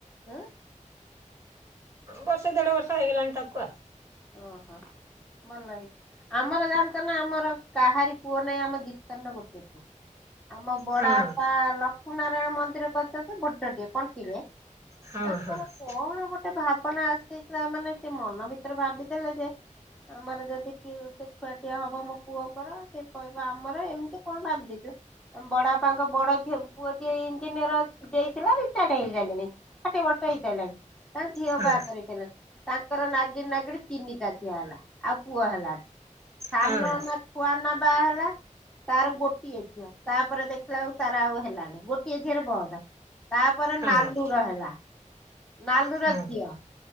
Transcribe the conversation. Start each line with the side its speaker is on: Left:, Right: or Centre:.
Centre: ଆଁ
Right: ବର୍ଷେ ଦେଢ ବର୍ଷ ହେଇଗଲାଣି ତାକୁ ଆଉ।
Centre: ଓ ହୋ ଭଲ ହେଇ ଆମର ଜାଣିଛ ନା ଆମର କାହାରି ପୁଅ ନାହିଁ ଆମ ଜୀତନ ର ଗୋଟେ ପୁଅ। ଆମ ବଡାପା
Right: ହଁ
Centre: ଲକ୍ଷ୍ମୀ ନାରାୟଣ ମନ୍ଦିର କରିଛନ୍ତି, ବଡ ଟିଏ କଣ୍ଟିରେ।
Right: ହଁ
Centre: ତାଙ୍କର
Right: ହଁ
Centre: କଣ ଗୋଟେ ଭାବନା ଆସିଯାଇଥିଲା ମାନେ ସେ ମନ ଭି ତରେ ଭାବିଦେଲେ ଯେ ଆମର ଯଦି କିଏ ଗୋଟେ ଛୁଆଟିଆ ହବ ମୋ ପୁଅଙ୍କର ସେ କହିବ ଆମର ଏମିତି କଣ ଭାବି ଦେଇଥିଲେ। ଆମ ବଡପାଙ୍କ ବଡ ଝିଅ ପୁଅ ଯିଏ ଇଞ୍ଜିନିୟର ଦେଇଥିଲା ରିଟାଟ ହେଇସାଇଲେଣି। ଷାଠଏ ବର୍ଷ ହେଇଲାଣି ତାଙ୍କ ଝିଅ
Right: ହଁ
Centre: ବାହା କରିସାଇଲେଣି ତାଙ୍କର ନାଗି କି ନାଗିଡ ତିନି ଝିଅ ହେଲା ଆଉ ପୁଅ ହେଲାନି ସାନ
Right: ହଁ
Centre: ନା ଖୁଆ ନା ବାହା ହେଲା। ତାର ଗୋଟିଏ ଝିଅ ତାପରେ ଦେଖିଲା ଆଉ ତାର ଆଉ ହେଲାନି ଗୋଟିଏ ଝିଅରେ ବନ୍ଦ। ତାପରେ
Right: ହଁ
Centre: ନାଲଡୁର
Right: ହଁ
Centre: ହେଲା ନାଲଡୁର
Right: ହଁ
Centre: ଝିଅ।